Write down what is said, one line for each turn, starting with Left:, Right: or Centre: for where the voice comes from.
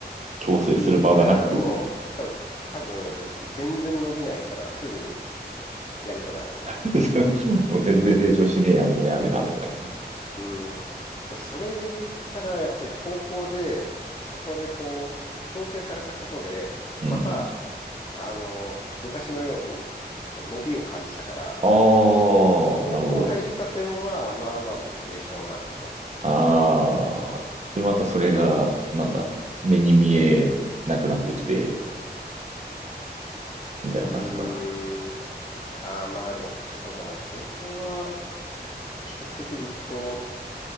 Right: 強制する場がなく
Left: ああ、もう、多分、多分、全然伸びないからすぐ辞めただろうね。
Right: <laughs> もう全然成長しねえや、もうやめたみたいなね。
Left: うん。で、それで言ったら、やっぱり高校で、そこでこう、強制されたことで、
Right: うん
Left: また、あの、昔のように、こう伸びを感じたから、
Right: ああ、
Left: 高校入りたては、
Right: なるほど。
Left: まあまあ、モチベーションがあったかも。
Right: ああ、で、またそれが、なんだ、目に見えなくなってきて、みたいな感じか。
Left: うーん。ああ、まあでも、そうだな。高校は、比較的ずっと、